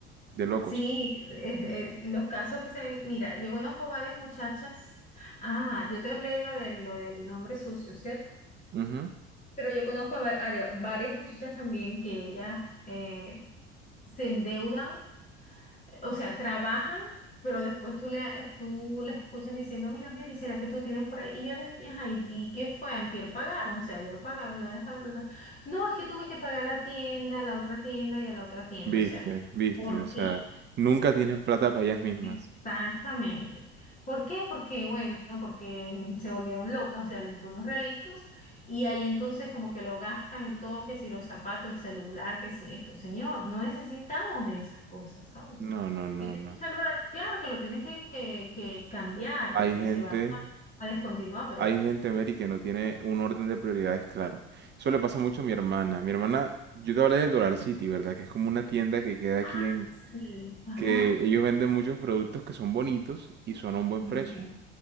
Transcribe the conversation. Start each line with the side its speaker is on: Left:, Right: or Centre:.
Right: de locos.
Left: sí, eh, eh, los casos que se ven, mira, yo conozco varias muchachas. Ah, yo te hablé lo del, lo del nombre sucio, ¿cierto?
Right: Ujú.
Left: Pero yo conozco a, va- a varias muchachas también que ellas eh, se endeudan, eh, o sea, trabajan, pero después tú, le, eh, tú la escuchas diciendo, mira, Mary, ¿será que tú tienes por ahí? Y yo le dije, "Ajá, ¿y, y qué fue? Antier pagaron, o sea, ayer pagaron, ¿y dónde está la plata? No, es que tuve que pagar la tienda, la otra tienda y a la otra tienda,
Right: Viste,
Left: o sea,
Right: viste,
Left: ¿por
Right: o
Left: qué?
Right: sea, nunca tienen plata para ellas mismas.
Left: Exactamente. ¿Por qué? Porque, bueno, porque se volvieron locas, o sea, le entró unos realitos y ahí entonces como que lo gastan en todo, que si los zapatos, el celular, que si esto. Señor, no necesitamos de esas cosas, ¿sabes?
Right: No, no, no,
Left: Tienes
Right: no.
Left: un celular, claro que lo tienes que, que, que cambiar
Right: Hay
Left: porque
Right: gente.
Left: se va a, a descontinuar, pero...
Right: Hay gente, Mary, que no tiene un orden de prioridades claro. Eso le pasa mucho a mi hermana. Mi hermana, yo te hablé del Dollar City, ¿verdad? Que es como una tienda que queda aquí
Left: Ah,
Right: en...
Left: sí, ajá.
Right: que ellos venden muchos productos que son bonitos y son a un buen
Left: ok,
Right: precio.